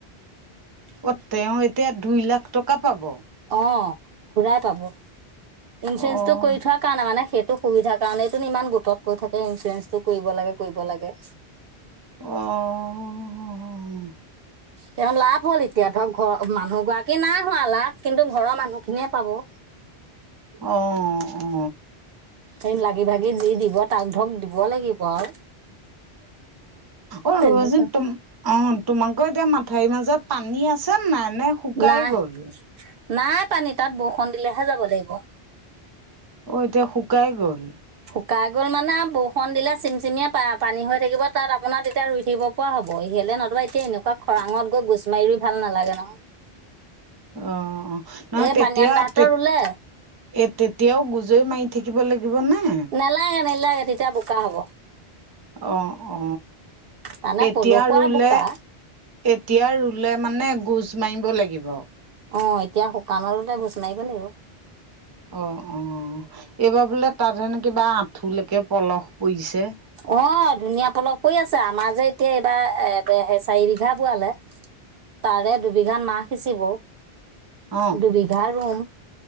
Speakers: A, on the right; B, on the right.
A: অঁ তেওঁ এতিয়া দুই লাখ টকা পাব।
B: অ ঘূৰাই পাব ইঞ্চুৰেঞ্চটো
A: অ',
B: কৰি থোৱা। কাৰণে মানে সেইটো সুবিধাৰ কাৰণটোন ইমান গোটত কৈ থাকে ইঞ্চুৰেঞ্চটো কৰিব লাগে কৰিব লাগে।
A: অঁ।
B: তেওঁ লাভ হ'ল এতিয়া ধৰক ঘৰ মানুহ গৰাকী নাই হোৱা লাভ কিন্তু ঘৰৰ মানুহখিনিয়ে পাব।
A: অ অ।
B: এনে লাগি ভাগি দি দিব তাক ধৰক দিব লাগিব আও
A: অ অ
B: তেনেকুৱা
A: যে তম <inaudible> অ তোমালোকৰ এতিয়া মাথাউৰিৰ মাজত পানী আছে নাই নে শুকাই
B: নাই
A: গল
B: নাই পানী তাত বৰষুণ দিলেহে যাব লাগিব
A: অ এতিয়া শুকাই গ'ল
B: শুকাই গ'ল মানে বৰষুণ দিলে চিম চিমিয়ে প পানী হৈ থাকিব তাত আপোনাৰ তেতিয়া ৰুই থাকিব পোৱা হ'ব ইহেলে নতবা এতিয়া এনেকুৱা খৰাঙত গৈ গোছ মাৰি ৰুই ভাল নালাগে নহ
A: অ অ নহ
B: এই
A: তেতিয়া
B: পানীৰাম দাহঁতৰ
A: তে
B: ৰুলে
A: এই তেতিয়াও গুজৈ মাৰি থাকিব লাগিবনে
B: নেলাগে নেলাগে তেতিয়া বোকা হ'ব
A: অ অ
B: মানে
A: এতিয়া
B: পলসুৱা
A: ৰুলে
B: বোকা
A: এতিয়া ৰুলে মানে গোজ মাৰিব লাগিব
B: অ এতিয়া শুকান হলে গুচ মাৰিব লাগিব
A: অ অ এইবাৰ বোলে তাত সেনে কিবা আঁঠুলৈকে পলস পৰিছে
B: অ ধুনীয়া পলস পৰি আছে আমাৰ যে এতিয়া এইবাৰ এ স চাৰি বিঘা বোৱালে তাৰে দুবিঘা মাহ সিঁচিব
A: অ
B: দুবিঘা ৰুম